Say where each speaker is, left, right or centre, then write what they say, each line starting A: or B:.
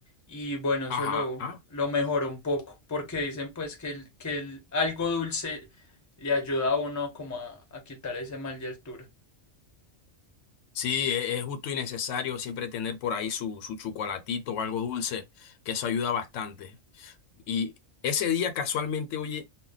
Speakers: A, on the left; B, on the left.
A: y bueno, eso
B: Ajá.
A: lo, lo mejoró un poco porque dicen pues que, el, que el algo dulce le ayuda a uno como a, a quitar ese mal de altura.
B: Sí, e- es justo y necesario siempre tener por ahí su, su chocolatito o algo dulce, que eso ayuda bastante. Y ese día casualmente, oye,